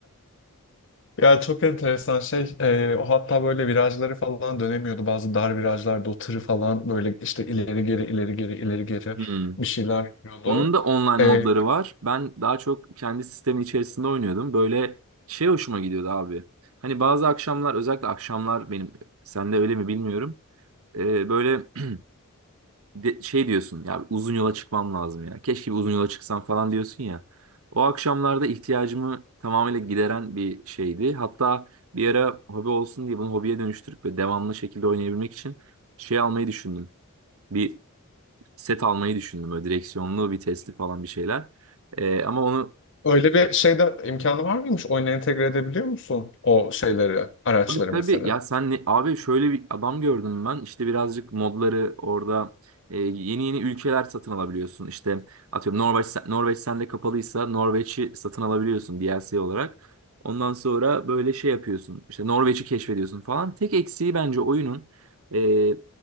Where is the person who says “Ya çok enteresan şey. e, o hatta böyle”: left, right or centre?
Left